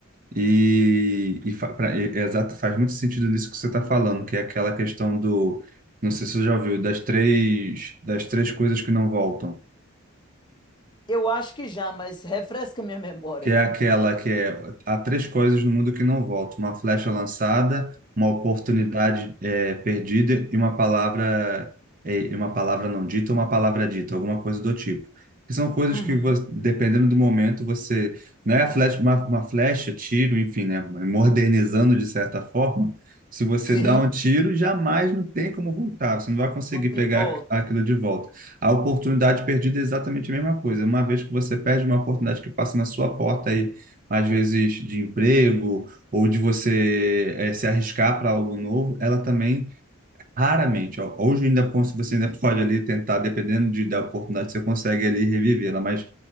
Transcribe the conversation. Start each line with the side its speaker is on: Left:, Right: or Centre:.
Right: E, e, fa- pra- e- é exato, faz muito sentido nisso que você está falando, que é aquela questão do, não sei se você já ouviu, das três, das três coisas que não voltam.
Left: Eu acho que já, mas refresca minha memória.
Right: que é aquela que é há três coisas no mundo que não voltam: uma flecha lançada, uma oportunidade é, perdida e uma palavra é, uma palavra não dita, uma palavra dita, alguma coisa do tipo. Que são coisas
Left: Uhum.
Right: que vo- dependendo do momento você, né, a flecha, uma, uma flecha, tiro, enfim, né, modernizando de certa forma. Se você
Left: Sim,
Right: dá um tiro, jamais não tem como voltar. Você não vai conseguir
Left: não tem
Right: pegar
Left: volta.
Right: aquilo de volta. A oportunidade perdida é exatamente a mesma coisa. Uma vez que você perde uma oportunidade que passa na sua porta aí, às vezes de emprego ou de você eh, se arriscar para algo novo, ela também raramente, ó, hoje ainda se você ainda pode ali tentar, dependendo de, da oportunidade, você consegue ali revivê-la, mas